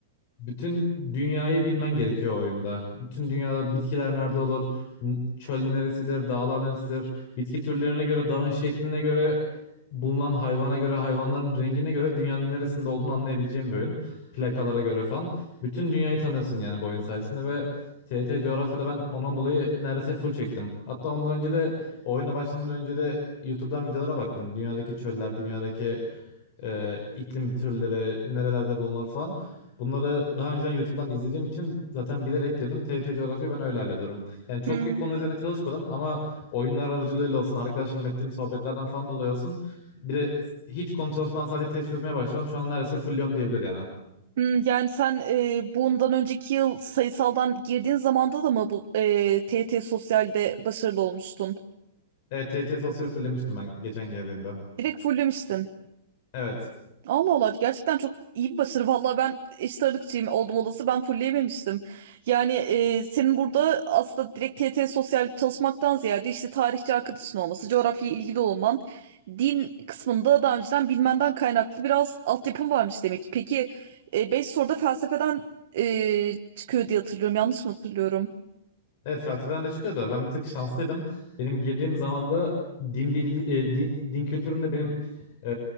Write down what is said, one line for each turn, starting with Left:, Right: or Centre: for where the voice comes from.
Left: bütün dünyayı bilmen gerekiyor o oyunda. Bütün dünyada bitkiler nerede olur, n- çöl neresidir, dağlar neresidir, bitki türlerine göre, dağın şekline göre, bulunan hayvana göre, hayvanların rengine göre dünyanın neresinde olduğunu anlayabileceğin bir oyun. Plakalara göre falan. Bütün dünyayı tanıyorsun yani bu oyun sayesinde ve TRT coğrafyada ben ondan dolayı neredeyse full çektim. Hatta ondan önce de oyuna başlamadan önce de YouTube'dan videolara baktım. Dünyadaki çöller, dünyadaki e, iklim türleri, nerelerde bulunur falan. Bunları daha önceden YouTube'dan izlediğim için zaten bilerek girdim. TRT coğrafyayı ben öyle hallediyorum. Yani çok
Right: Hmm.
Left: bir konu üzerine çalışmadım ama oyunlar aracılığıyla olsun, arkadaşlarımla ettiğim sohbetlerden falan dolayı olsun. Bir de hiç konu çalışmadan sadece test çözmeye başladım. Şu anda neredeyse fulliyorum diyebilir yani.
Right: Hmm, yani sen e, bundan önceki yıl sayısaldan girdiğin zamanda da mı bu e, TYT sosyalde başarılı olmuştun?
Left: Evet, TRT sosyali fullemiştim ben geçen geldiğimde.
Right: Direkt fullemiştin.
Left: Evet.
Right: Allah Allah gerçekten çok iyi bir başarı. Valla ben eşit ağırlıkçıyım oldum olası ben fullleyememiştim. Yani e, senin burada aslında direkt TYT sosyal çalışmaktan ziyade işte tarihçi arkadaşın olması, coğrafyaya ilgili olman, din kısmında daha önceden bilmenden kaynaklı biraz altyapın varmış demek ki. Peki e, 5 soruda felsefeden e, çıkıyor diye hatırlıyorum. Yanlış mı hatırlıyorum?
Left: Evet felsefeden de çıkıyor da ben bir tık şanslıydım. Benim girdiğim zaman da din bilgi e, din, din kültüründe benim e,